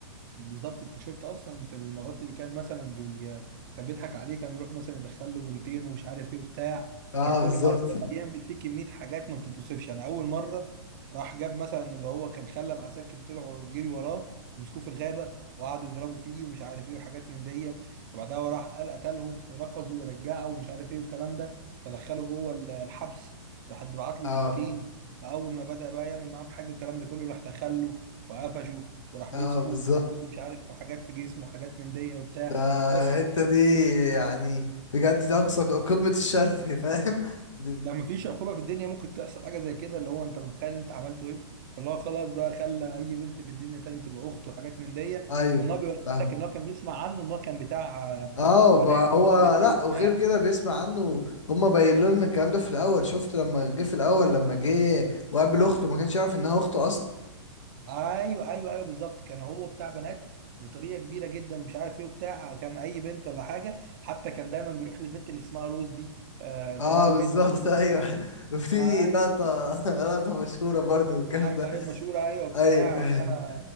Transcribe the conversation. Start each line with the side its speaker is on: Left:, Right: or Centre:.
Right: بالظبط انت شفت اصلا في المرات اللي كان مثلا بي... كان بيضحك عليه كان يروح مثلا يدخل له بنتين ومش عارف ايه وبتاع
Left: اه
Right: كان كل
Left: بالظبط
Right: مره يعمل فيه كميه حاجات ما بتتوصفش يعني اول مره راح جاب مثلا اللي هو كان خلى العساكر طلعوا جري وراه مسكوه في الغابه وقعدوا يضربوا فيه ومش عارف ايه وحاجات من دي فبعدها هو راح قال قتلهم ونقزوا ورجعوا ومش عارف ايه والكلام ده فدخله جوه ال- الحبس راح بعت له
Left: اه
Right: بنتين فاول ما بدأ بقى يعمل معاهم حاجه الكلام ده كله راح دخله وقفشه وراح
Left: اه
Right: مسكه
Left: بالظبط
Right: مش عارف في حاجات في جسمه وحاجات من دي وبتاع
Left: ده
Right: بس
Left: الحتة دي يعني بجد دي اقصى قمة الشر فاهم؟ دي
Right: ده ما فيش عقوبه في الدنيا ممكن تحصل حاجه زي كده اللي هو انت متخيل انت عملته ايه فاللي هو خلاص بقى خلى اي بنت في الدنيا تاني تبقى اخته وحاجات من دي
Left: ايوه
Right: لان هو بيقول
Left: فاهمك
Right: لك ان هو كان بيسمع عنه ان هو كان بتاع آه،
Left: اه
Right: بنات
Left: ما
Right: مش
Left: هو
Right: عارف
Left: لا
Right: ايه وبتاع
Left: وغير كده بيسمع عنه هما بيقولوا لنا الكلام ده في الاول شفت لما جه في الاول لما جه وقابل اخته ما كانش يعرف انها اخته اصلا
Right: ايوه ايوه ايوه بالظبط كان هو بتاع بنات بطريقه كبيره جدا مش عارف ايه وبتاع كان اي بنت ولا حاجه حتى كان دايما بيروح للبنت اللي اسمها روز دي آه، يروح
Left: اه
Right: لها البيت
Left: بالظبط
Right: وكده
Left: ايوه <laughs> في
Right: ايوه
Left: لقطه <laughs> لقطه مشهوره برضو الكلام
Right: ايوه
Left: ده
Right: ايوه مشهورة ايوه بتاع
Left: ايوه <laughs>
Right: لا